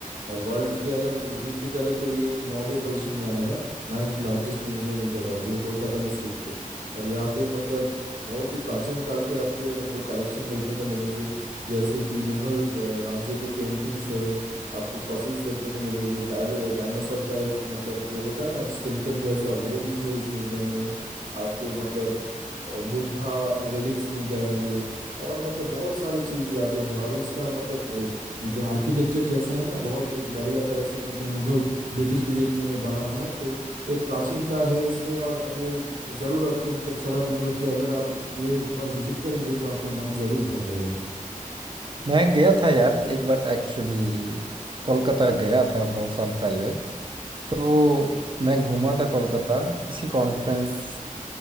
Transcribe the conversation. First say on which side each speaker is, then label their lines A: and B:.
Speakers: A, on the right (about 70°); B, on the right (about 35°).
A: और वर्ल्ड के अगर गिनती करें तो ये नौवे पोजीशन में आएगा Ninth largest museum in the world ये कोलकाता में स्थित है और यहाँ पे मतलब बहुत ही प्राचीन काल के आपको मतलब कलेक्शन देखने को मिलेंगे जैसे कि मुगल अ, राज्य के पेंटिंग्स है आपको फॉसिल्स देखने को मिलेंगे डायल डायनासोर का एक मतलब जो होता है ना स्केलेटन जैसा वो भी है इस म्यूजियम में आपको मतलब अ, बुद्धा रेलिक्स मिल जाएंगे और मतलब बहुत सारी चीज यहाँ पे है और इसका मतलब अ, मतलब आर्किटेक्चर जैसा है ना बहुत एक बढ़िया तरह से मतलब मुगल ब्रिटिश पीरियड में ये बना था तो एक प्राचीनता है इसमें और मैं जरूर आपको मतलब सलाह दूंगा कि अगर आप ये एक बार विजिट करेंगे तो आपका मन जरूर भर जाएगा
B: मैं गया था यार एक बार एक्चुअली कोलकाता गया था बहुत साल पहले तो मैं घूमा था कोलकाता किसी कॉन्फ्रेंस